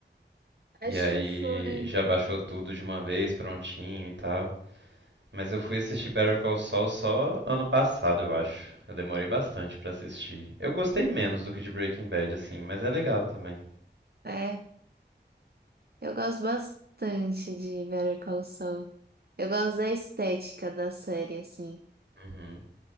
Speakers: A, on the right (about 55°); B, on the right (about 75°).
A: Acho
B: E aí
A: que foi.
B: já baixou tudo de uma vez, prontinho e tal. Mas eu fui assistir Better Call Saul só ano passado, eu acho. Eu demorei bastante pra assistir. Eu gostei menos do que de Breaking Bad, assim, mas é legal também.
A: É, eu gosto bastante de Better Call Saul. Eu gosto da estética da série, assim.
B: Uhum.